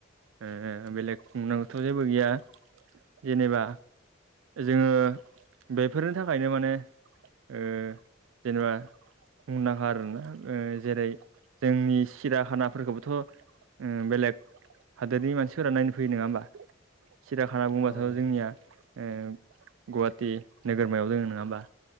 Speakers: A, on the right; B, on the left.
A: ओ बेलेग बुंनांगौथ' जेबो गैया जेनेबा जोङो बेफोरनि थाखायनो माने ओ जेनेबा मुंदांखा आरोना ओ जेरै जोंनि सिराखानाफोरखौबोथ' ओ बेलेग हादोरनि मानसिफोरा नायनो फैयो नोङा ओमबा सिराखाना बुंबाथ'
B: औ नंगौ
A: जोंनिया
B: नोंथां
A: ओ गुवाहाटि नोगोरमायाव दोङो नोङा ओमबा?